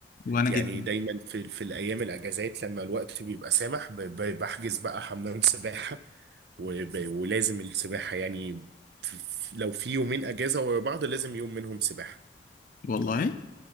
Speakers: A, on the left (about 50°); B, on the right (about 60°).
A: وأنا
B: يعني
A: جدا
B: دايما في في الايام الاجازات لما الوقت بيبقى سامح ب- ب- بحجز بقى حمام سباحة وب- ولازم السباحة يعني ف- ف- لو في يومين اجازة ورا بعض لازم يوم منهم سباحة
A: والله